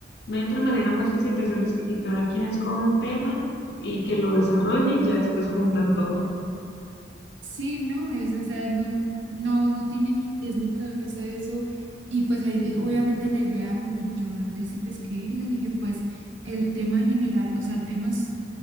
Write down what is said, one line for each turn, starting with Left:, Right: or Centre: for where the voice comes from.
Left: No hay otra manera más
Right: Sí.
Left: fácil de hacerlos que que cada quien escoja un tema y que lo desarrolle y ya después juntan todo.
Right: sí, no es, o sea, no, no, no tiene ni pies ni cabeza eso. Y pues ahí obviamente la idea, como yo les escribí, les dije, pues el tema en general, o sea, el tema es